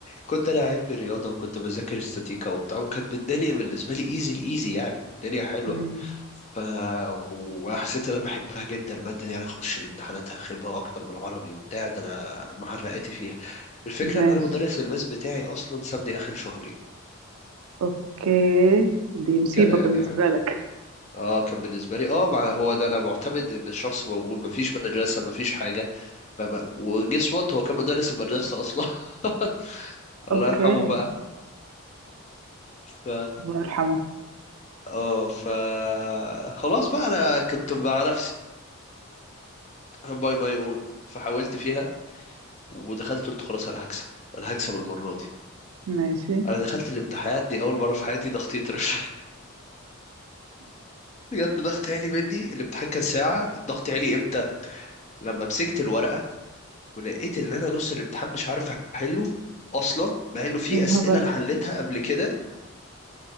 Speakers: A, on the left; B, on the right.
A: كنت انا علمي رياضه وكنت بذاكر استاتيكا وبتاع وكانت الدنيا بالنسبه لي ايزي الايزي يعني الدنيا حلوه
B: مم.
A: ف وحسيت ان انا بحبها جدا الماده دي انا اخش الامتحانات هخيبها اكتر من العربي وبتاع ده انا معرقاتي فيها الفكره
B: ماشي
A: ان انا مدرس الماس بتاعي اصلا سابني اخر شهرين
B: اوكي دي مصيبة
A: كده يعني
B: بالنسبة لك
A: اه كان بالنسبه لي اه مع هو ده انا معتمد ان الشخص موجود مفيش مدرسه مفيش حاجه فما وجس وات هو كان مدرس المدرسه اصلا <laughs>
B: اوكي
A: الله يرحمه بقى ف
B: الله يرحمه
A: اه ف خلاص بقى انا كنت مع نفسي باي باي اون فحاولت فيها ودخلت قلت خلاص انا هكسب انا هكسب المره دي
B: ماشي ايه
A: انا دخلت الامتحان دي اول مره في حياتي ضغطي يترفع <laughs> بجد ضغط عالي مني الامتحان كان ساعه الضغط عالي امتى لما مسكت الورقه ولقيت ان انا نص الامتحان مش عارف احله اصلا مع انه في
B: الهبل
A: اسئله انا
B: ده
A: حليتها قبل كده